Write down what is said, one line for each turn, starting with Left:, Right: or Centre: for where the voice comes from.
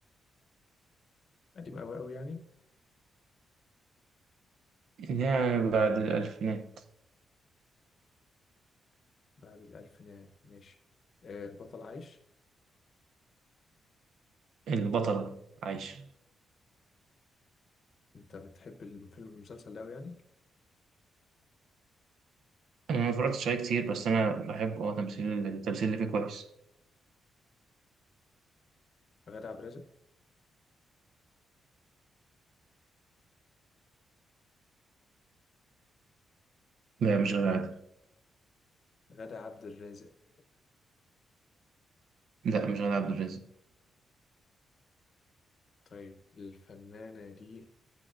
Left: قديم أوي أوي يعني
Right: يعني بعد الألفينات
Left: بعد الألفينات ماشي آه البطل عايش
Right: البطلة عايشة
Left: أنت بتحب الفيلم المسلسل ده أوي يعني؟
Right: أنا ما اتفرجتش عليه كتير بس أنا بحب أه تمثيل التمثيل اللي فيه كويس
Left: غادة عبد الرازق
Right: لا مش غادة عادل
Left: غادة عبد الرازق
Right: لا مش غادة عبد الرازق
Left: طيب الفنانة دي